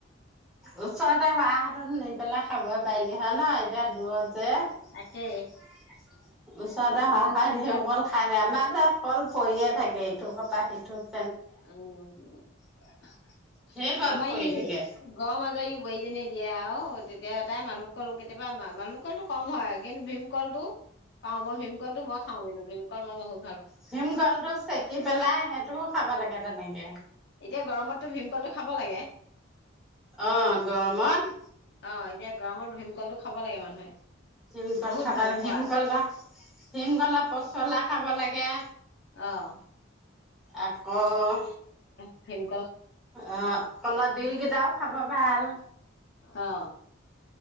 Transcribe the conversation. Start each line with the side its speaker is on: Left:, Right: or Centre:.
Centre: ওচৰতে হোৱা হেতেন নি পেলাই খাব পাৰিলি হয় ন এতিয়া দূৰত <unintelligible>
Left: তাকেই
Centre: ওচৰতে হাহাই
Left: ইমান
Centre: হয়
Left: খিনি
Centre: ধেই
Left: বাট
Centre: কল খালে আমাক। পিছে কল পৰিয়ে থাকে ইথোক পৰা সিথোক।
Left: উম <unintelligible>
Centre: ঢেৰ কল
Left: আমাৰ
Centre: পৰি
Left: ই
Centre: থাকে
Left: গ মাজই বোৱাইজেনীয়ে। দিয়া অ তেতিয়া। তাই মালভোগ কল, কেতিয়াবা মালভুল। কলটো কম হয় কিন্তু ভীমকলটো। পাও মই ভীমকলটো মই খাও কিন্তু ভীম। <unintelligible>
Centre: ভীম কলটো চেকি পেলাই, সেইটোও খাবা লাগে। সে তেনেকে।
Left: এতিয়া গৰমতটো ভীমকলটো খাব লাগে।
Centre: অ গৰমত।
Left: অ এতিয়া গৰমত ভীমকলটো খাব লাগে মানুহে।
Centre: ভীমকল
Left: বহুত
Centre: খাব
Left: ভাল
Centre: ল
Left: খোৱা
Centre: ভিমকলৰ, ভিমকলৰ পচলা। খাব লাগে।
Left: অহ।
Centre: আকৌ,
Left: ভীম।
Centre: অ কলৰ ডিল কেইটাও খাব ভাল।
Left: অ।